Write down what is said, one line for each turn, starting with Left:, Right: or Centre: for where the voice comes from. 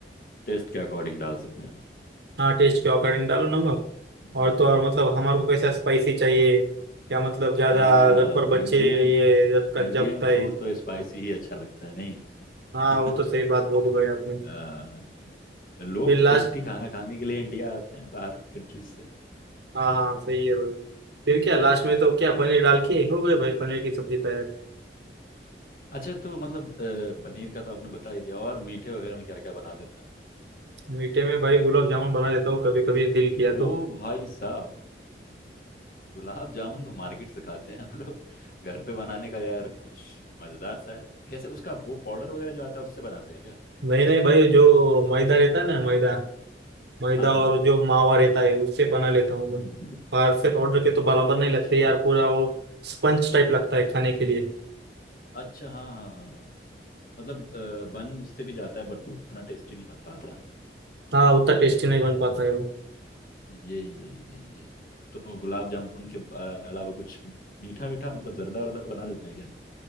Left: टेस्ट के अकॉर्डिंग डाल सकते हैं
Right: हाँ टेस्ट के अकॉर्डिंग डालो नमक
Left: हम्म,
Right: और तो और मतलब हमारे को कैसा स्पाइसी चाहिए क्या मतलब ज्यादा
Left: हाँ
Right: घर पर बच्चे
Left: इंडियन
Right: ये जब तक
Left: इंडियन
Right: जपता है
Left: फूड तो स्पाइसी ही अच्छा लगता है नहीं
Right: हाँ
Left: <laughs>
Right: वो तो सही बात बोली भाई आपने
Left: अ, लोग
Right: फिर लास्ट
Left: टेस्टी खाना खाने के लिए इंडिया आते हैं बाहर कंट्रीज से
Right: हाँ हाँ सही है भाई फिर क्या लास्ट में तो क्या पनीर डाल के हो गए भाई पनीर की सब्जी तैयार
Left: अच्छा तो मतलब अ, पनीर का तो आपने बता ही दिया और मीठे वगैरह में क्या क्या बना लेते हैं
Right: मीठे में भाई गुलाब जामुन बना लेता हूँ कभी कभी दिल किया तो
Left: ओ भाई साहब गुलाब जामुन तो मार्केट से खाते हैं हम लोग घर पे बनाने का यार कुछ मजेदार सा है कैसे उसका वो पाउडर वगैरह जो आता है उससे बनाते हैं क्या
Right: नहीं नहीं भाई जो मैदा रहता है ना मैदा मैदा
Left: हाँ हाँ
Right: और जो मावा रहता है उससे बना लेता हूँ
Left: हम्म
Right: मैं बाहर से पाउडर के तो बराबर
Left: अच्छा
Right: नहीं लगते यार पूरा वो स्पंज टाइप लगता है खाने के लिए
Left: अच्छा हाँ हाँ हाँ हाँ। मतलब अ, बन उससे भी जाता है बट उतना टेस्टी नहीं बन पाता
Right: हाँ उतना टेस्टी नहीं बन पाता है वो
Left: यही यही यही यही तो गुलाब जामुन के अ, अलावा कुछ मीठा मीठा मतलब जर्दा वर्दा बना लेते हैं क्या